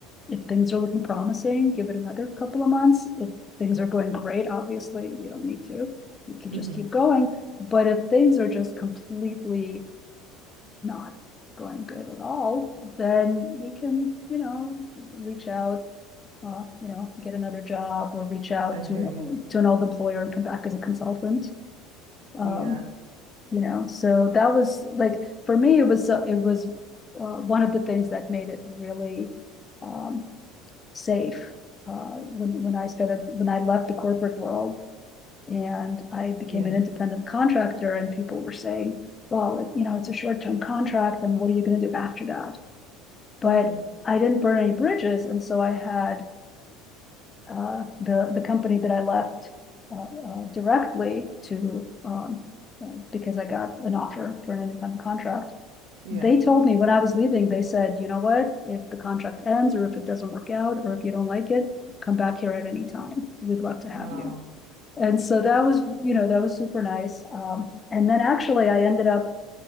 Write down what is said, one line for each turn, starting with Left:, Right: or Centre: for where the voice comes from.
Left: if things are looking promising, give it another couple of months. If things are going great, obviously, you don't need to. You can just
Right: hmm
Left: keep going. But if things are just completely not going good at all, then you can, you know, reach out, uh, you know, get another job or reach out
Right: I
Left: to
Right: hear
Left: an
Right: you.
Left: to an old employer and come back as a consultant. Um,
Right: Yeah.
Left: you know, so that was like, for me, it was, uh, it was uh, one of the things that made it really um, safe uh, when, when I started, when I left the corporate world and I became
Right: Yeah.
Left: an independent contractor and people were saying, well, you know, it's a short-term contract and what are you going to do after that? But
Right: Hmm.
Left: I didn't burn any bridges. And so I had uh, the, the company that I left uh, uh, directly to, um, uh, because I got an offer for an independent contract.
Right: Yeah.
Left: They told me when I was leaving, they said, you know what, if the contract ends or if it doesn't work out or if you don't like it, come back here at any time. We'd love to have
Right: Wow.
Left: you. And so that was, you know, that was super nice. Um, and then actually, I ended up